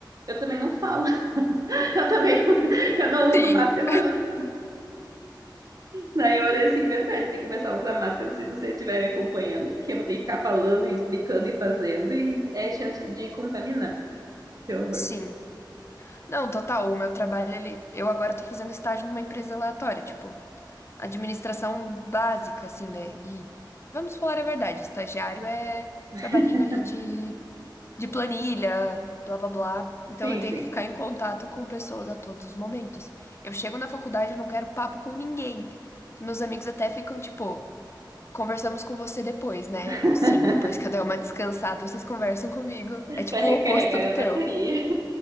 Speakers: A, on the right; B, on the left.
A: eu também não falo. <laughs> Eu também <laughs> eu não uso
B: Sim.
A: máscara, mas <laughs> daí eu olhei assim, verdade, eu tenho que começar a usar máscara se você estiver me acompanhando, porque eu vou ter que ficar falando e explicando e fazendo, e é chance de contaminar.
B: <laughs>
A: Que horror.
B: Sim. Não, total, o meu trabalho, ele, eu agora tô fazendo estágio numa empresa aleatória, tipo, administração básica, assim, né? E vamos falar a verdade, estagiário é
A: <laughs>
B: trabalhinho ali de, de planilha, blá blá blá. Então
A: Sim,
B: eu tenho
A: sim.
B: que ficar em contato com pessoas a todos os momentos. Eu chego na faculdade, e não quero papo com ninguém. Os meus amigos até ficam, tipo, conversamos com você depois, né?
A: <laughs>
B: Eu, sim, depois que eu der uma descansada, vocês conversam comigo. É tipo
A: Pra recarregar
B: o oposto do
A: minha
B: teu.
A: bateria.